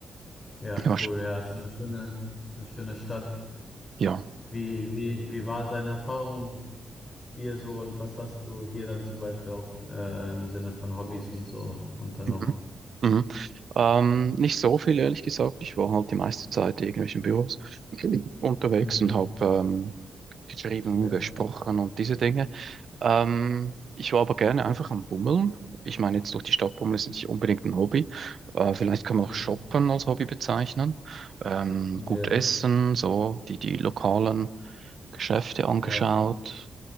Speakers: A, on the left; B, on the right.
A: ja,
B: Ja, sch-
A: cool. Ja, ist eine schöne, ist eine schöne Stadt.
B: ja.
A: Wie, wie, wie war deine Erfahrung hier so und was hast du hier dann zum Beispiel auch äh, im Sinne von Hobbys und so unternommen?
B: Mhm. Mhm. Ähm, nicht so viel, ehrlich gesagt. Ich war halt die meiste Zeit in irgendwelchen Büros <clears throat> unterwegs
A: Mhm.
B: und habe ähm, geschrieben,
A: Ja.
B: gesprochen und diese Dinge. Ähm, ich war aber gerne einfach am Bummeln. Ich meine, jetzt durch die Stadt bummeln ist nicht unbedingt ein Hobby. Äh, vielleicht kann man
A: Mhm.
B: auch Shoppen als Hobby bezeichnen. Ähm, gut
A: Ja,
B: essen, so die, die lokalen Geschäfte angeschaut.
A: ja,